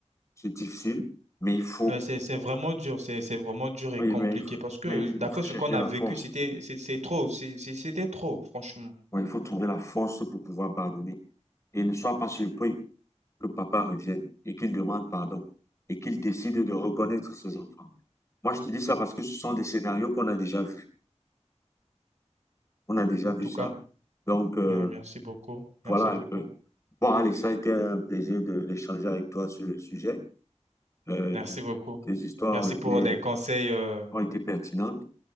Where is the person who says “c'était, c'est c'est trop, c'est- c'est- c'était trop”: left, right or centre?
Right